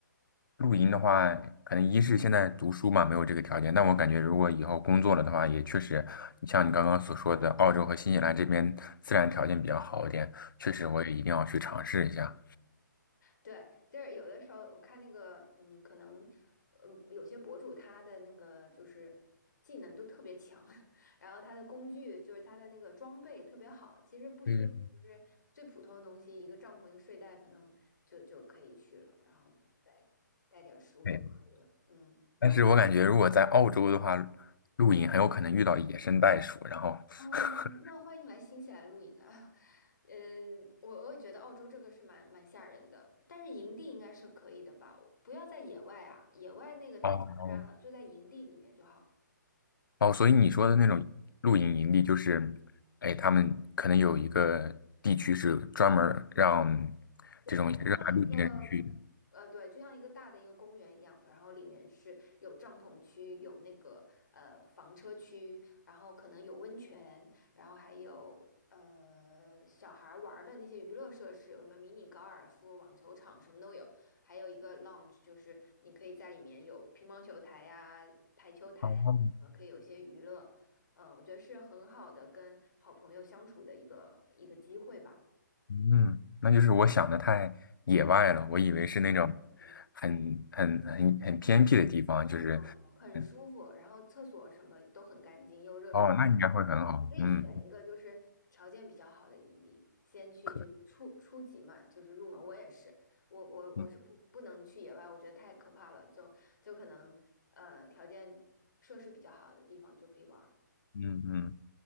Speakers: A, on the left; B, on the left.
A: 露营的话，可能一是现在读书嘛，没有这个条件。但我感觉，如果以后工作了的话，也确实，你像你刚刚所说的，澳洲和新西兰这边自然条件比较好一点，确实我也一定要去尝试一下。
B: 对，就是有的时候我看那个，嗯，可能，嗯，有些博主他的那个就是技能都特别强，<laughs> 然后他的工具就是他的那个装备特别好，其实不需要就是最普通的东西，
A: 嗯，
B: 一个帐篷一个睡袋可能就就可以去了，然后再带点儿食物就可以了，
A: 对，
B: 嗯。
A: 但是我感觉如果在澳洲的话，露营很有可能遇到野生袋鼠，然后
B: 哦，
A: <laughs>
B: 那欢迎来新西兰露营啊！<laughs> 呃，我我也觉得澳洲这个是蛮蛮吓人的，但是营地应该是可以的吧？不要在野外啊，野外那个太挑战了，
A: 哦，
B: 就在营地里面就好。
A: 哦，所以你说的那种露营营地，就是，哎，他们可能有一个地区是专门儿让
B: 对，
A: 这种热爱露营的人去的
B: 它就像一个呃，对，就像一个大的一个公园一样，然后里面是有帐篷区，有那个呃房车区，然后可能有温泉，然后还有呃小孩儿玩儿的那些娱乐设施，有什么迷你高尔夫、网球场什么都有，还有一个 lounge，就是你可以在里面有乒乓球台呀、台球台呀，
A: 哦，
B: 什么可以有一些娱乐，嗯、我觉得是很好的跟好朋友相处的一个一个机会吧。
A: 嗯，那就是我想的太野外了，我以为是那种
B: 对。
A: 很很很很偏僻的地方，
B: 没有没有没有，
A: 就是，
B: 很舒服，
A: 嗯
B: 然后厕所什么都很干净，又热水洗澡。
A: 哦，那应该会很好，
B: 你可以选一个就是条件比较好的营地，
A: 嗯，
B: 先去就是初初级嘛，
A: 可，
B: 就是入门。我也是，我我我是不不能去野外，
A: 嗯
B: 我觉得太可怕了，就就可能呃条件设施比较好的地方就可以玩儿。
A: 嗯嗯，